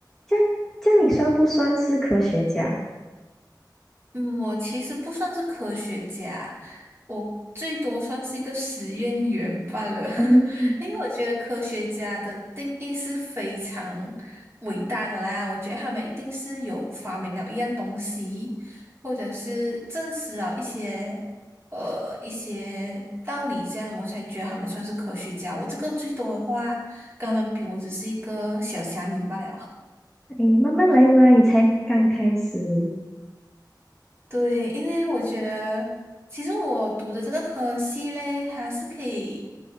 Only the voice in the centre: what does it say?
这样这样，你算不算是科学家？
嗯，
哎，慢慢来嘛，你才刚开始。